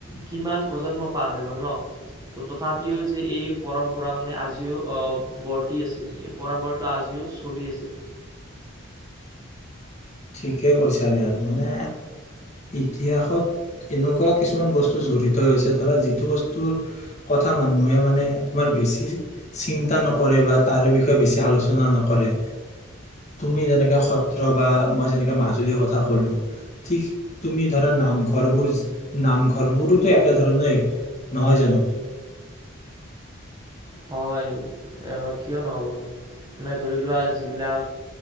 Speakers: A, on the right (about 20°); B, on the left (about 35°).
A: কিমান প্ৰজন্ম পাঠ ন তথাপিও যে এই পৰম্পৰা মানে আজিও বৰ্তি আছে এই পৰম্পৰাটো আজিও চলি আছে।
B: ঠিকে কৈছা দিয়া। মানে ইতিহাসত এনেকুৱা কিছুমান বস্তু জড়িত হৈছে ধৰা যিটো বস্তুৰ কথা মানুহে মানে তোমাৰ বেছি চিন্তা নকৰে বা তাৰে বিষয়ে বেছি আলোচনা নকৰে তুমি তেনেকে সত্ৰ বা মই যেনেকা মাজুলীৰ কথা কলো। ঠিক তুমি ধৰা নামঘৰ বোৰ নামঘৰ বোৰটো একেধৰণৰ। নহয় জানো?
A: হয় কিয় নহ'বনো মানে ধৰি লোৱা যিবিলাক